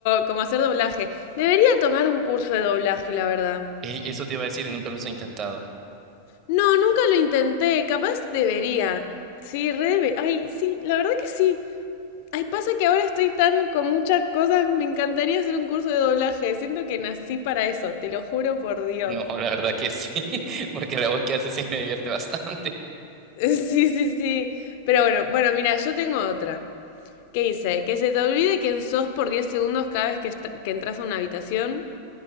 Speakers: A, on the left; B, on the right.
A: como hacer doblaje. Debería tomar un curso de doblaje, la verdad.
B: <laughs> Ey, Eso te iba a decir y nunca los he intentado.
A: No, nunca lo intenté, capaz debería. Sí, re debe- Ay, sí, la verdad que sí. Ay, pasa que ahora estoy tan con muchas cosas, me encantaría hacer un curso de doblaje, siento que nací para eso, te lo juro por Dios.
B: No, la verdad que sí, <laughs> porque la voz que hace sí me divierte bastante. <laughs>
A: <laughs> Sí, sí, sí. Pero bueno, bueno, mira, yo tengo otra. ¿Qué dice? Que se te olvide quién sos por 10 segundos cada vez que, est- que entras a una habitación